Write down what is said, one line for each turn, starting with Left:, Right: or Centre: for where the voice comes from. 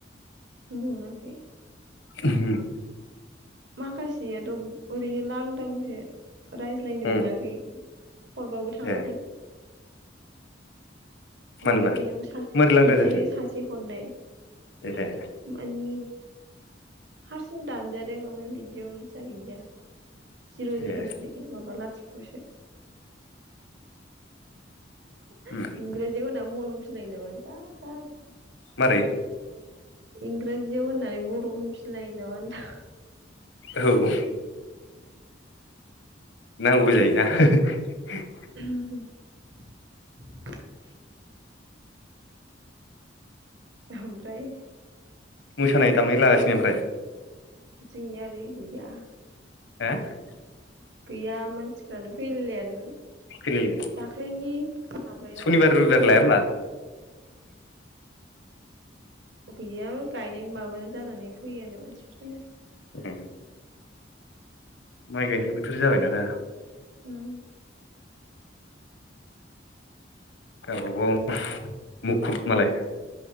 Right: मोनाखै
Left: होम
Right: माखासेयाथ' ओरैनो लांदांसो रायज्लायनो
Left: उम
Right: मोनाखै हरबाबो थाङाखै
Left: ए मानोबा
Right: बे-बेयाव सा
Left: मारै लांदां
Right: देखायो
Left: जाखो
Right: सासे हरनाय
Left: ए
Right: मानि हारसिंनो दानजादों ओमफाय बिदियावनो जाहैदिया जिर' जिर'सो
Left: ए
Right: देखायदों माबा लाथिख' <unintelligible> <unintelligible>
Left: उम
Right: इंराजियाव होना <unintelligible> नामा जा गाजि
Left: मारै?
Right: इंराजियाव होननानै बर' होनफिनलायो नामा होनदां?
Left: औ नांगौ जायोना। <unintelligible>
Right: <unintelligible> ओमफ्राय
Left: मोसानाय दामनाय लागासिनो ओमफ्राय
Right: जोंनिया ओरै गैया।
Left: हो
Right: गैया मानसिफ्रानो फैलायलायानो।
Left: फैलायलाया
Right: दाख्लैनि माबायावहाय
Left: सनिबार रबिबार
Right: मावबादायाव
Left: लाया होमबा
Right: अ बेयो गायनाय माबानो जानानै फैयानो मानसिफोरा। <unintelligible>
Left: उम माइ गायनाय बोथोर जाबायना दा
Right: उम <inaudible>
Left: गावबा गाव मुखुब मालाय।